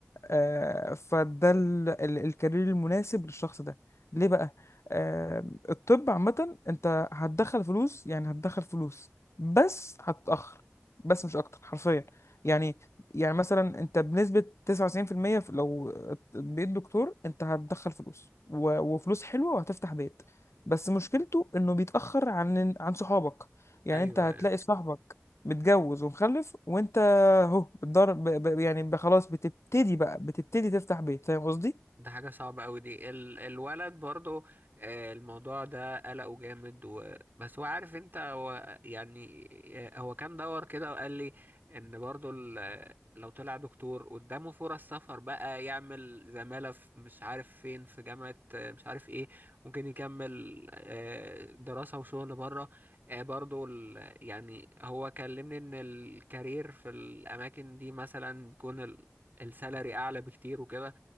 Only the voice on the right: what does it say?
ايوه
أيوة.
ده حاجة صعبة أوي دي ال... الولد برضو آه، الموضوع ده قلقه جامد و... بس هو عارف انت هو يعني آه، هو كان دور كده وقال لي ان برضو ال... آه، لو طلع دكتور قدامه فرص سفر بقى يعمل زمالة في مش عارف فين في جامعة آه، مش عارف ايه ممكن يكمل آه، دراسة وشغل بره آه، برضو ال... يعني هو كلمني ان الكارير في الأماكن دي مثلا بيكون ال... السالري أعلى بكتير وكده